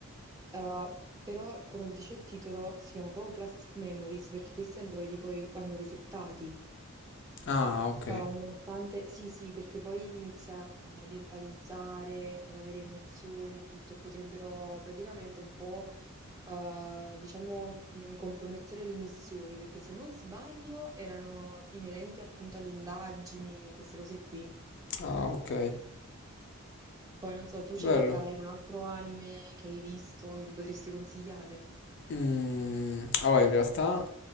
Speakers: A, on the right; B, on the left.
A: Eh, però, come dice il titolo, si chiama proprio Plastic Memories perché questi androidi poi vanno resettati.
B: Ah, ok.
A: Eh, nonostante, sì, sì, perché poi inizia ad empatizzare, ad avere emozioni e tutto, e potrebbero praticamente un po', eh, diciamo, mh, compromettere le missioni, perché se non sbaglio erano inerenti appunto alle indagini, queste cose qui.
B: Ah, ok.
A: Poi non so, tu c'è,
B: Bello.
A: hai un altro anime che hai visto che mi potresti consigliare?
B: Mm, allora, in realtà